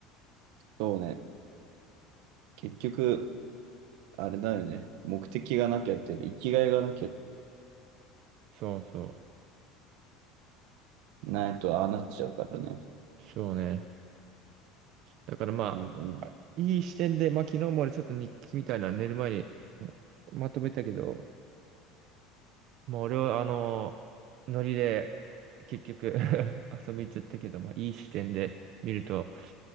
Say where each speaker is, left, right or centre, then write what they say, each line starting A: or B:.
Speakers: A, on the right; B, on the right.
A: そうね。結局、あれだよね。目的がなきゃっていうか、生きがいがなきゃ
B: そうそう。
A: ないとああなっちゃうからね。
B: そうね。だからまあ、
A: 本当に。
B: いい視点で、まあ昨日も俺ちょっと日記みたいなの寝る前にうんまとめたけど、もう俺はあの、ノリで結局 <laughs> 遊び行っちゃったけど、まあいい視点で見ると、